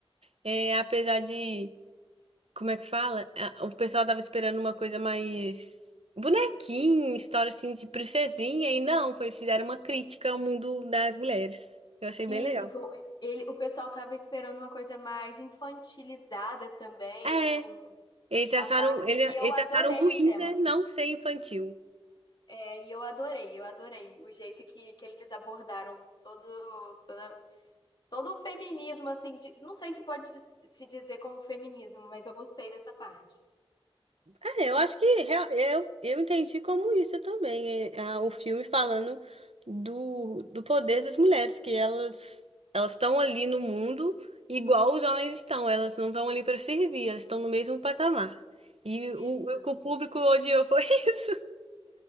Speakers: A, on the right; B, on the left.
A: É, apesar de Como é que fala? Ah, O pessoal tava esperando uma coisa mais bonequinha, história assim de princesinha, e não, foi, eles fizeram uma crítica ao mundo das mulheres. Eu achei
B: Isso,
A: bem legal.
B: com- ele, o pessoal tava esperando uma coisa mais infantilizada também,
A: É,
B: com,
A: eles
B: com
A: acharam,
B: a Barbie,
A: ele-
B: e eu
A: eles
B: adorei
A: acharam ruim,
B: o tema.
A: né? Não ser infantil.
B: É, e eu adorei, eu adorei o jeito que, que eles abordaram todo, toda, todo o feminismo, assim, de- não sei se pode dis- se dizer como feminismo, mas eu gostei dessa parte.
A: É, eu acho que rea- eu, eu entendi como isso também. é, ah, o filme falando do, do poder das mulheres, que elas elas estão ali no mundo igual os homens estão. Elas não estão ali para servir, elas estão no mesmo patamar. E o,
B: Isso.
A: o que o público odiou foi <laughs> isso.